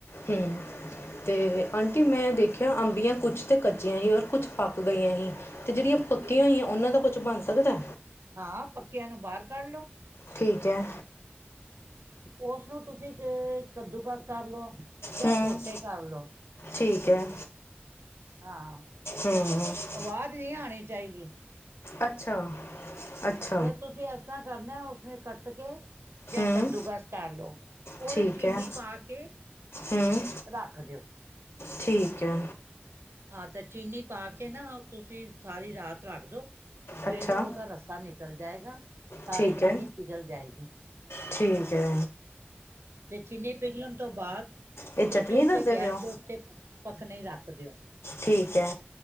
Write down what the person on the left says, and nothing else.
ਹੂੰ। ਤੇ ਆਂਟੀ ਮੈਂ ਦੇਖਿਆ ਅੰਬੀਆਂ ਕੁਛ ਤੇ ਕੱਚੀਆਂ ਸੀ ਔਰ ਕੁਛ ਪੱਕ ਗਈਆਂ ਸੀ। ਤੇ ਜਿਹੜੀਆਂ ਪੱਕੀਆਂ ਹੋਈਆਂ, ਉਹਨਾਂ ਦਾ ਕੁਛ ਬਨ ਸਕਦੇ।
ਠੀਕ ਐ।
ਹੂੰ
ਠੀਕ ਐ।
ਹੂੰ।
ਅਅ ਛਾ-ਅੱਛਾ।
ਹੂੰ
ਠੀਕ
ਹੈ
ਹੂੰ
ਠੀਕ ਐ।
ਅੱਛਾ
ਠੀਕ
ਹੈ
ਠੀਕ ਐ।
ਇਹ ਚਟਨੀ
ਦੱਸਦੇ
ਪਏ ਹੋ
ਠੀਕ ਐ।